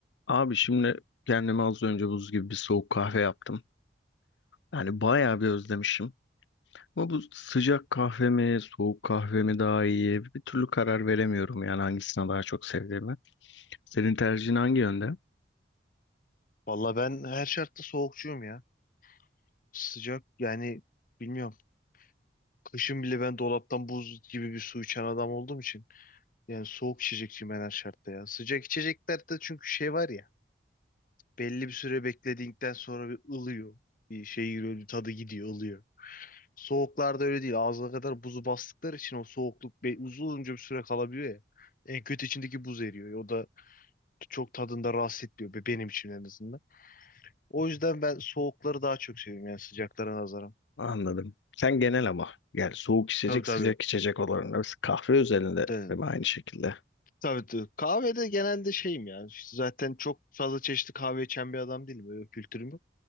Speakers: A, on the left; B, on the left.
A: Abi şimdi kendime az önce buz gibi bir soğuk kahve yaptım. Yani bayağı bir özlemişim. Ama bu sıcak kahve mi, soğuk kahve mi daha iyi? Bir türlü karar veremiyorum yani hangisini daha çok sevdiğimi. Senin tercihin hangi yönde?
B: Valla ben her şartta soğukçuyum ya. Sıcak yani bilmiyorum. Kışın bile ben dolaptan buz gibi bir su içen adam olduğum için. Yani soğuk içecekçiyim ben her şartta ya. Sıcak içeceklerde çünkü şey var ya. Belli bir süre beklediğinden sonra bir ılıyor. Bir şey giriyor, bir tadı gidiyor, ılıyor. Soğuklarda öyle değil. Ağzına kadar buzu bastıkları için o soğukluk be- uzunca bir süre kalabiliyor ya. En kötü içindeki buz eriyor. O da çok tadında rahatsız etmiyor be- benim için en azından. O yüzden ben soğukları daha çok seviyorum yani sıcaklara nazaran.
A: Anladım. Sen genel ama yani soğuk içecek,
B: Tabii tabii.
A: sıcak içecek olanlar kahve özelinde
B: De,
A: değil mi aynı şekilde?
B: tabii de. Kahvede genelde şeyim ya. Zaten çok fazla çeşitli kahve içen bir adam değilim. Öyle bir kültürüm yok.